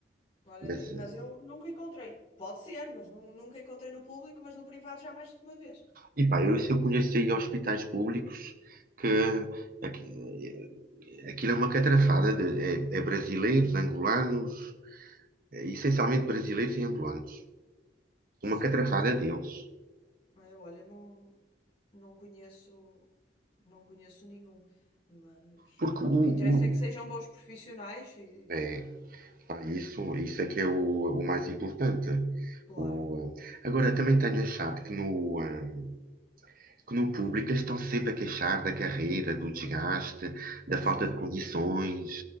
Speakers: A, on the left; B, on the right.
A: Olha,
B: Mas,
A: n-
B: eh,
A: mas eu nunca encontrei. Pode ser, mas nu- nunca encontrei no público, mas no privado já mais que uma vez.
B: e pá, eu, se eu conheço aí hospitais públicos que aqui- eh, aquilo é uma catrafada de, é, é brasileiros, angolanos. eh, essencialmente brasileiros e angolanos. Uma
A: Sim.
B: catrafada deles.
A: É, olha, não, não conheço, não conheço nenhum. Mas
B: Porque
A: pronto,
B: o,
A: o que interessa
B: o-
A: é que sejam bons profissionais e,
B: é, pá, isso, isso é que é o, o mais importante.
A: claro.
B: O, eh, agora, também tenho achado que no, ehm, que no público eles estão sempre a queixar da carreira, do desgaste, da
A: Sim,
B: falta de condições,